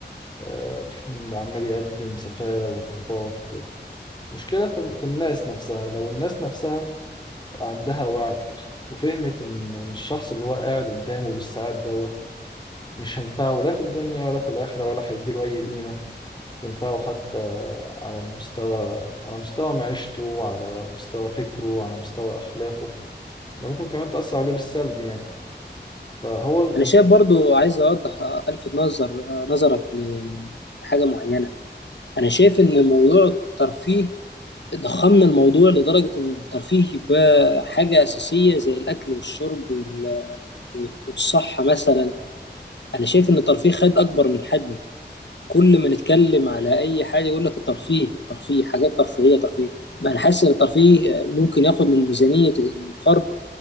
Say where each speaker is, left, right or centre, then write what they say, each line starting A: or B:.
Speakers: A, on the left; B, on the left.
A: آه، عمال يقدم سفالة وانحطاط وكده مشكلة في في الناس نفسها لو الناس نفسها عندها وعي وفهمت إن إن الشخص اللي هو قاعد قدامه بالساعات دوت مش هينفعه لا في الدنيا ولا في الآخرة ولا هيديله أي قيمة تنفعه حتى على المستوى على مستوى معيشته على مستوى فكره على مستوى أخلاقه ده ممكن كمان تأثر عليه بالسلب يعني فهو ال-
B: انا شايف برضو عايز اوضح آه، الفت نظر آه، نظرك لحاجه معينه انا شايف ان موضوع الترفيه ضخمنا الموضوع لدرجة إن الترفيه بقى حاجة أساسية زي الأكل والشرب وال- والصحة مثلا أنا شايف إن الترفيه خد أكبر من حجمه كل ما نتكلم على أي حاجة يقول لك الترفيه الترفيه حاجات ترفيهية ترفيه ما أنا حاسس إن الترفيه ممكن ياخد من ميزانية الفرد